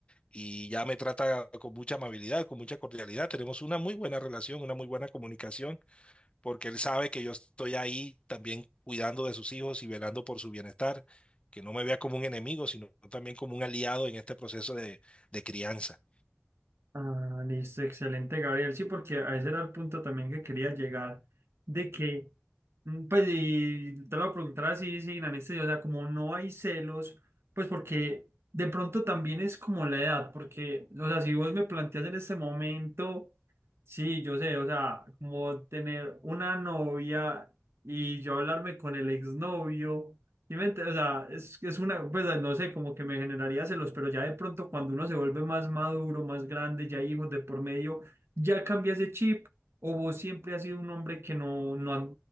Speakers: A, on the left; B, on the right.
A: y ya me trata con mucha amabilidad, con mucha cordialidad. Tenemos una muy buena relación, una muy buena comunicación, porque él sabe que yo estoy ahí también cuidando de sus hijos y velando por su bienestar, que no me vea como un enemigo, sino también como un aliado en este proceso de, de crianza.
B: Ah, listo, excelente, Gabriel. Sí, porque a ese era el punto también que quería llegar, de que, mm, pues, y te lo voy a preguntar así, sin anestesia, o sea, como no hay celos, pues porque de pronto también es como la edad, porque, o sea, si vos me planteas en este momento, sí, yo sé, o sea, como tener una novia y yo hablarme con el exnovio. Sí, me ent- o sea, es, es una, pues no sé, como que me generaría celos, pero ya de pronto cuando uno se vuelve más maduro, más grande, ya hay hijos de por medio, ya cambia ese chip, o vos siempre has sido un hombre que no, no, ha-